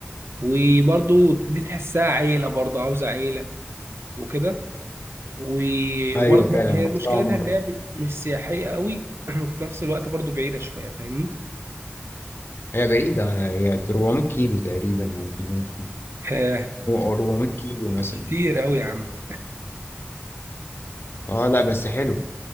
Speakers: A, on the right (about 70°); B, on the left (about 60°).
A: وبرضه دي تحسها عيلة برضه عاوزة عيلة وكده و-
B: ايوه
A: وبرضه
B: فعلا
A: هي
B: رحتها
A: مشكلتها
B: مرة
A: إن هي م- مش سياحية قوي <clears throat> وفي نفس الوقت برضه بعيدة شوية فاهمني؟
B: هي بعيدة هي 400 كيلو تقريبا يعني
A: آه،
B: 400 كيلو مثلا
A: كتير قوي يا عم
B: اه لا بس حلو